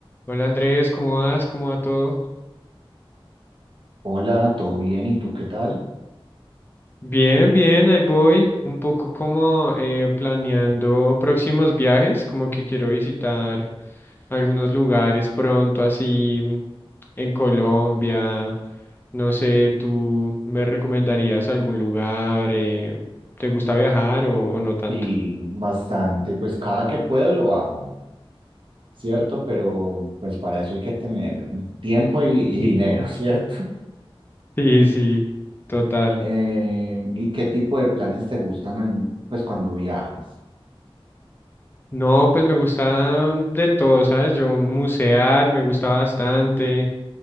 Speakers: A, on the left; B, on the right.
A: Hola Andrés, ¿cómo vas? ¿Cómo va todo?
B: Hola, ¿todo bien? ¿Y tú qué tal?
A: Bien, bien, ahí voy. Un poco como eh, planeando próximos viajes, como que quiero visitar algunos lugares pronto, así en Colombia. No sé, ¿tú me recomendarías algún lugar? eh, ¿te gusta viajar o, o no tanto?
B: Y bastante, pues cada que puedo lo hago, ¿cierto? Pero pues para eso hay que tener tiempo y, y dinero, ¿cierto? <laughs>
A: <laughs> Sí, sí, total.
B: Eh, ¿y qué tipo de planes te gustan en- pues cuando viajas?
A: No, pues me gusta de todo, ¿sabes? Yo musear me gusta bastante.